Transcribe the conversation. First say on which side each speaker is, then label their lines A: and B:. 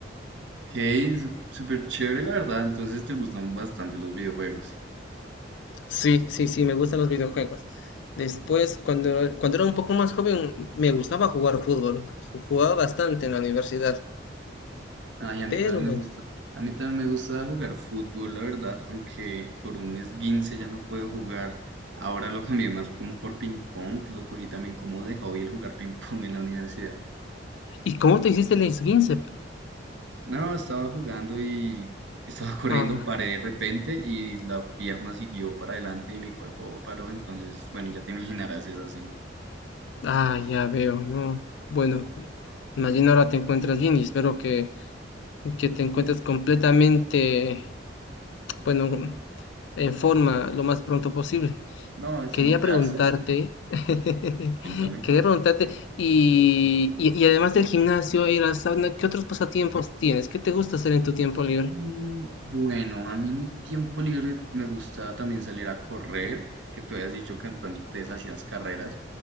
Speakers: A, on the right; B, on the left.
A: Hey, súper chévere, la verdad. Entonces te gustan bastante los videojuegos.
B: Sí, sí, sí, me gustan los videojuegos. Después, cuando, cuando era un poco más joven, me gustaba jugar fútbol. Jugaba bastante en la universidad,
A: Ay, a mí
B: pero
A: también
B: bueno.
A: me gusta. A mí también me gusta jugar fútbol, la verdad, aunque por un esguince ya no puedo jugar. Ahora lo cambié más como por ping pong, lo cogí también como de hobby el jugar ping pong en la universidad.
B: ¿Y cómo te hiciste el esguince?
A: No, estaba jugando y estaba corriendo,
B: Ah,
A: paré de repente y la pierna siguió para adelante y mi cuerpo paró, entonces, bueno, ya te imaginarás esa escena.
B: ah, ya veo, ¿no? Bueno, más bien ahora te encuentras bien y espero que, que te encuentres completamente, bueno, en forma lo más pronto posible.
A: No, sí,
B: Quería
A: gracias.
B: preguntarte, <laughs>
A: Cuéntame.
B: quería preguntarte, y, y- y además del gimnasio y la sauna, ¿qué otros pasatiempos tienes? ¿Qué te gusta hacer en tu tiempo libre?
A: Mm, Bueno, a mí en mi tiempo libre me gusta también salir a correr, que tú habías dicho que tú antes hacías carreras.